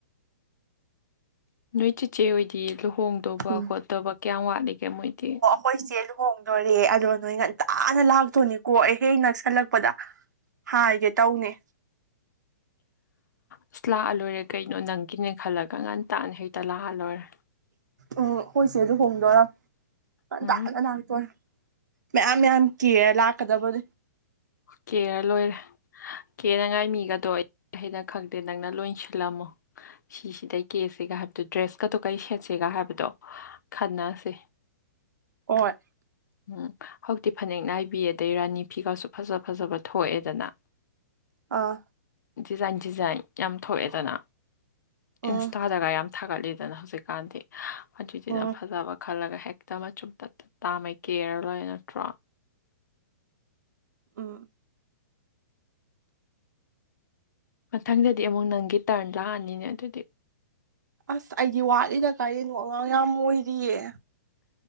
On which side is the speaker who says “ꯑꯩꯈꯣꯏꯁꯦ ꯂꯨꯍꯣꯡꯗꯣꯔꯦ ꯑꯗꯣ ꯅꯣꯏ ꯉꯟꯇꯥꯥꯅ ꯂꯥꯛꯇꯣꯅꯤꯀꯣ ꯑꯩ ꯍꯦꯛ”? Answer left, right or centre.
Right